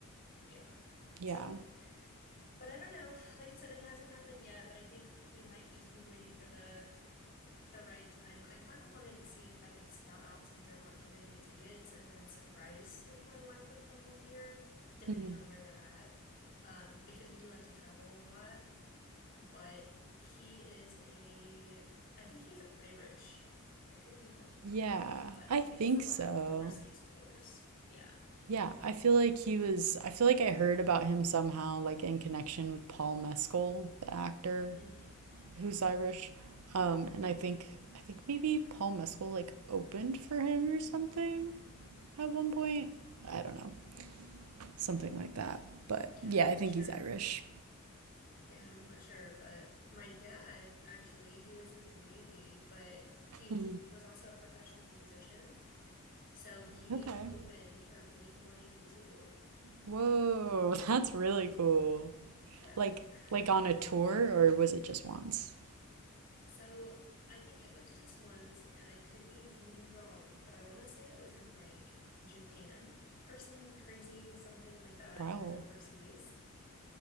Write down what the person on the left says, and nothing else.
Yeah.
So. But I don't know. Like I said, it hasn't happened yet, but I think we might just be waiting for the the right time. I kind of wanted to see if I could scout out some Dermot Kennedy tickets and then surprise like my wife with them one year, depending
on where they're at. Um, because we do like to travel a lot. But he is a, I think he's Irish. I could be wrong about
that, but
he
does a lot
of overseas tours. Yeah.
hmm
Yeah,
I'm
not
sure.
Yeah, I'm not sure, but my dad actually, he was in the Navy, but he's
was also a professional musician. So he
opened for Blink 182.
Yeah.
<laughs>
So I think it was just once, and I could be really wrong, but I want to say it was in like Japan or some crazy something like that.
He was overseas.